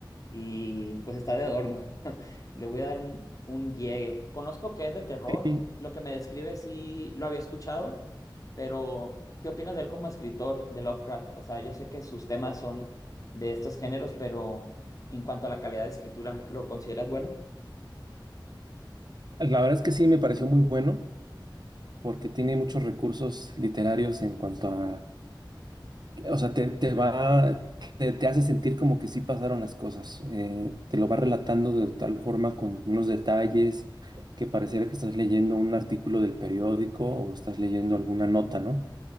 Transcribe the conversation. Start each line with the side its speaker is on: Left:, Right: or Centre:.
Left: y pues está de adorno. <laughs> Le voy a dar un, un llegue. Conozco que es de terror,
Right: Sí,
Left: lo que me describe sí lo había escuchado, pero ¿qué opinas de él como escritor de Lovecraft? O sea, yo sé que sus temas son de estos géneros, pero en cuanto a la calidad de escritura, ¿lo consideras bueno?
Right: la verdad es que sí me pareció muy bueno porque tiene muchos recursos literarios en cuanto a o sea, te, te va, te, te hace sentir como que sí pasaron las cosas. eh, te lo va relatando de tal forma con unos detalles que pareciera que estás leyendo un artículo del periódico o estás leyendo alguna nota, ¿no?